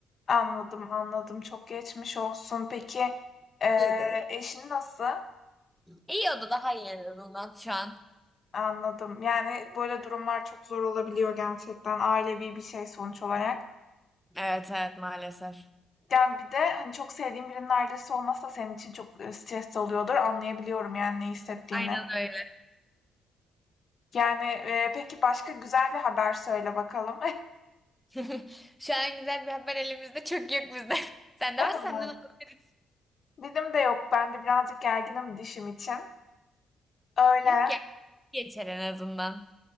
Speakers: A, on the left; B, in the centre.
A: Anladım, anladım. Çok geçmiş olsun. Peki, eee,
B: Teşekkür ederim.
A: eşin nasıl?
B: İyi oldu daha iyi en azından şu an.
A: Anladım. Yani, böyle durumlar çok zor olabiliyor gerçekten. Ailevi bir şey sonuç olarak.
B: Evet evet maalesef.
A: Yani, bir de, hani, çok sevdiğin birinin ailesi olması da senin için çok, eee, stresli oluyordur. Anlayabiliyorum, yani, ne hissettiğini.
B: Aynen öyle.
A: Yani, eee, peki başka güzel bir haber söyle bakalım.
B: <laughs> Şu an güzel bir haber elimizde çok yok bizde. <laughs> Sende
A: <laughs>
B: varsa senden alabiliriz.
A: <unintelligible> Dilim de yok. Ben de birazcık gerginim dişim için. Öyle.
B: Yok ya geçer en azından.